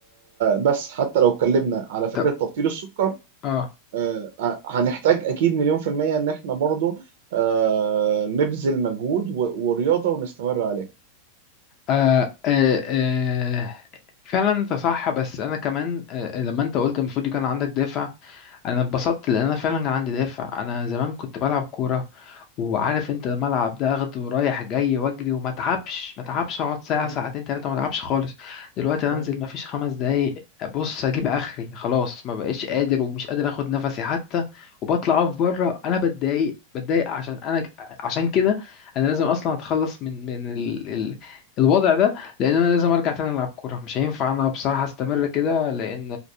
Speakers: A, on the right (about 65°); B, on the left (about 30°).
A: بس حتى لو اتكلمنا على فكره
B: طب
A: تبطيل السكر
B: اه
A: آه، هنحتاج اكيد مليون في الميه ان احنا برضو آه، نبذل مجهود و- ورياضه ونستمر عليها
B: آه آه آه فعلا انت صح بس انا كمان آه لما انت قلت المفروض يكون عندك دافع انا اتبسطت لان انا فعلا عندي دافع انا زمان كنت بلعب كوره وعارف انت الملعب ده اخده رايح جاي واجري وما اتعبش ما اتعبش اقعد ساعه
A: م-
B: ساعتين ثلاثه ما اتعبش خالص دلوقتي أنا
A: م.
B: انزل ما فيش خمس دقايق ابص اجيب اخري خلاص ما بقيش قادر ومش قادر اخد نفسي حتى وبطلع اقف بره انا بتضايق بتضايق عشان انا عشان كده انا لازم اصلا اتخلص من من ال... ال... الوضع ده لان انا لازم ارجع تاني العب كوره مش هينفع انا بصراحه استمر كده لان